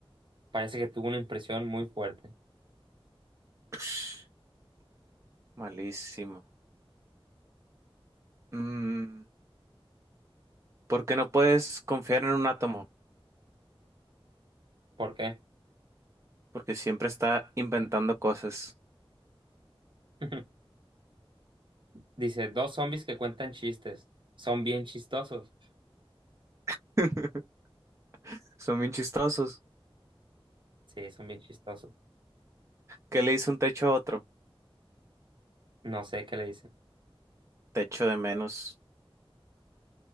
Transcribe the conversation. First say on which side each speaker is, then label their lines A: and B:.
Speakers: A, on the right; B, on the right.
A: Parece que tuvo una impresión muy fuerte.
B: <sniffs> Malísimo. Mm, ¿por qué no puedes confiar en un átomo?
A: ¿Por qué?
B: Porque siempre está inventando cosas.
A: <laughs> Dice, dos zombies que cuentan chistes. Son bien chistosos.
B: <laughs> Son bien chistosos.
A: Sí, son bien chistosos.
B: ¿Qué le hizo un techo a otro?
A: No sé qué le dicen.
B: Techo de menos.